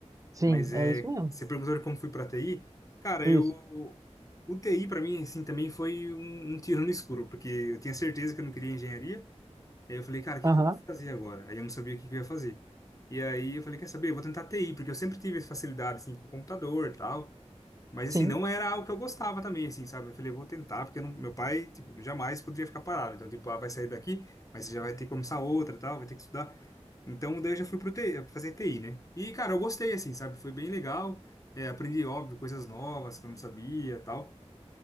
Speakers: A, on the right (about 30°); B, on the left (about 30°).
A: Sim,
B: Mas é.
A: é isso mesmo.
B: Você perguntou de como fui pra TI? Cara,
A: Isso.
B: eu. O TI pra mim, assim, também foi um, um tiro no escuro, porque eu tinha certeza que eu não queria engenharia. Aí eu falei, cara, o que
A: Aham.
B: que eu vou fazer agora? Aí eu não sabia o que que eu ia fazer. E aí eu falei, quer saber? Eu vou tentar TI, porque eu sempre tive essa facilidade, assim, com computador e tal. Mas,
A: Sim.
B: assim, não era algo que eu gostava também, assim, sabe? Eu falei, eu vou tentar, porque eu não- meu pai, tipo, jamais poderia ficar parado. Então, tipo, ah, vai sair daqui, mas você já vai ter que começar outra e tal, vai ter que estudar. Então, daí eu já fui pro TI, fazer TI, né? E, cara, eu gostei, assim, sabe? Foi bem legal. É, aprendi, óbvio, coisas novas que eu não sabia e tal.